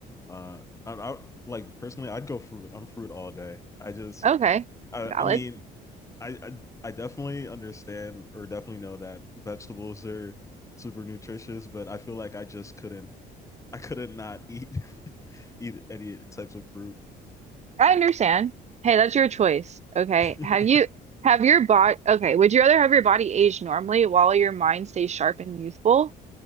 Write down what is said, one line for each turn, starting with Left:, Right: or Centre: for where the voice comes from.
Left: Uh, I, I like personally, I'd go fruit. I'm fruit all day. I just,
Right: Okay,
Left: I,
Right: valid.
Left: I mean, I, I I definitely understand or definitely know that vegetables are super nutritious, but I feel like I just couldn't I couldn't not eat <laughs> eat any types of fruit.
Right: I understand. Hey, that's your choice. Okay.
Left: <laughs>
Right: Have you have your body okay, would you rather have your body age normally while your mind stays sharp and youthful,